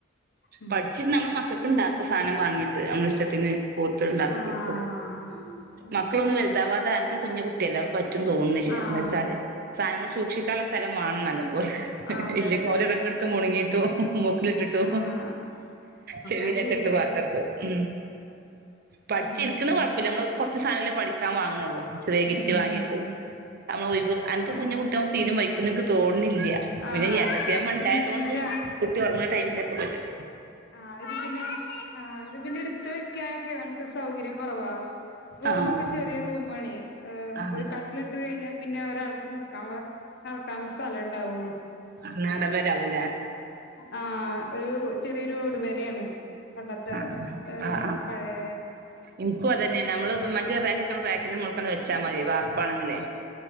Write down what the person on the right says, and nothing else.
പട്ചി നമ്മള മക്കക്ക്ണ്ടാക്ക സാനം വാങ്ങീട്ട് അമ്മള ഇഷ്ടത്തിന് <unintelligible>
മക്കളൊന്നും വൽതാവാതെ അൻക്ക് കുഞ്ഞി കുട്ടിഅല്ലേ പറ്റും തോൺണില്ല
എന്താച്ചാല് സാനങ്ങൾ സൂക്ഷിക്കാൻള്ള സ്ഥലം വാണം നല്ല പോലെ
ഇല്ലെങ്കി
ഓര് ഇതൊക്കെട്ത്ത് മുണ്ങ്ങീയിട്ടും മൂക്കിലിട്ടിട്ടും
ചെവീലൊക്കെ
ഇട്ട് പാത്തക്കും ഉം പട്ച്ചിര്ക്ക്ണ
മാ നമ്മള് കൊർച്ച് സാധനല്ലേ പഠിക്കാൻ വാങ്ണോള്ളൂ ചെറിയകിറ്റ്
വാങ്ങിട്ട് നമ്മള് ഒഴിവ് അൻക്ക്
കുഞ്ഞുകു ട്ടും തീരെ വയ്ക്കും ഇൻക്ക് തൊൺണില്ല
പിന്നെ ഏട്ടത്തിയമ്മ ഇണ്ടായതുകൊണ്ട്
കുട്ടി ഒർങ്ങ്ണ ടൈമിലൊക്കെ പറ്റും
ആഹ്
ആഹ്
ആഹ് നാടൻ വരാവൂല്ലേ
ആഹ്
ആഹ് ആഹ്
ഇൻക്കും അതന്നെണ് നമ്മള് മറ്റേ റേക്കൊക്കെ റേക്കിന്റെ മോൾക്കാണ്ട് വെ ച്ചാ മതി വർപ്പാണങ്കില്